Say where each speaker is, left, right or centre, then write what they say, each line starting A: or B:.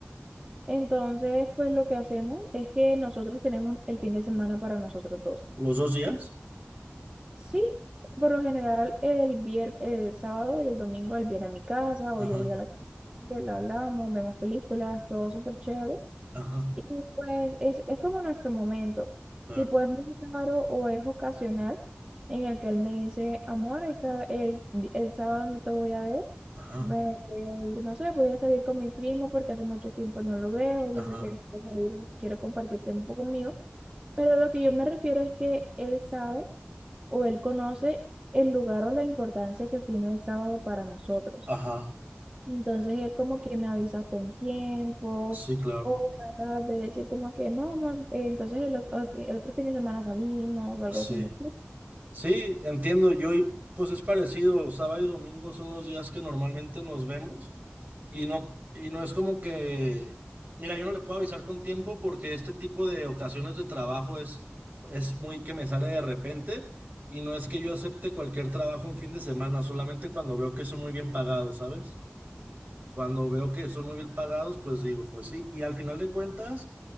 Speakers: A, on the right (about 25°); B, on the right (about 45°).
A: Entonces, pues lo que hacemos es que nosotros tenemos el fin de semana para nosotros dos.
B: ¿Los dos días?
A: Sí, por lo general el vier- el sábado y el domingo él viene a mi casa
B: Ajá,
A: o yo voy a la que la hablamos, vemos películas, todo súper chévere.
B: ajá,
A: Y pues es, es como nuestro momento.
B: claro.
A: Tipo, es muy raro o es ocasional en el que él me dice, amor, esta- el, el sábado no te voy a ver.
B: Ajá,
A: Me voy a ir, no sé, voy a salir con mi primo porque hace mucho tiempo no lo veo.
B: ajá,
A: Dice que quiero salir, quiero compartir tiempo conmigo. Pero lo que yo me refiero es que él sabe o él conoce el lugar o la importancia que tiene el sábado para nosotros.
B: ajá.
A: Entonces él como que me avisa con tiempo
B: Sí, claro.
A: o trata de decir como que no, amor, eh, entonces el, ot- el otro fin de semana salimos o algo
B: Sí.
A: así me explico.
B: Sí, entiendo. Yo, pues es parecido. Sábado y domingo son los días que normalmente nos vemos. Y no, y no es como que, mira, yo no le puedo avisar con tiempo porque este tipo de ocasiones de trabajo es, es muy que me sale de repente. Y no es que yo acepte cualquier trabajo en fin de semana, solamente cuando veo que son muy bien pagados, ¿sabes? Cuando veo que son muy bien pagados, pues digo, pues sí. Y al final de cuentas,